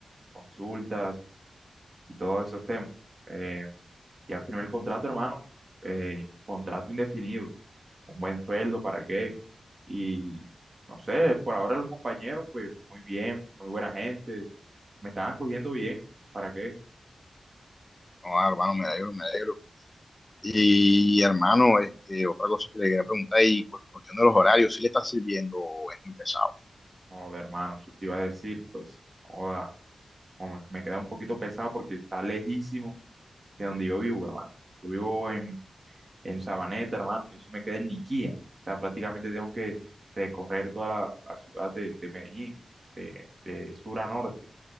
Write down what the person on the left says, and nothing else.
No, ah, hermano, me alegro, me alegro. Y hermano, este, otra cosa que le quería preguntar, y pues cuestión de los horarios, ¿si le está sirviendo o es muy pesado?